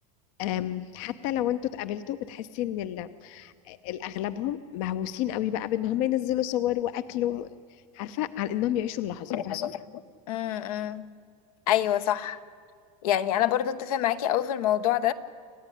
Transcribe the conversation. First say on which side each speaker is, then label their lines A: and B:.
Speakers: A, on the left (about 60°); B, on the left (about 85°).
A: أم حتى لو انتوا اتقابلتوا بتحسي إن ال... الأغلبهم مهووسين قوي بقى بإن هم ينزلوا صور وأكل و... عارفة عن إنهم يعيشوا اللحظة
B: ملاحظة
A: فاهمة؟
B: فاهمة امم ايوه صح يعني انا برضو اتفق معاكي قوي في الموضوع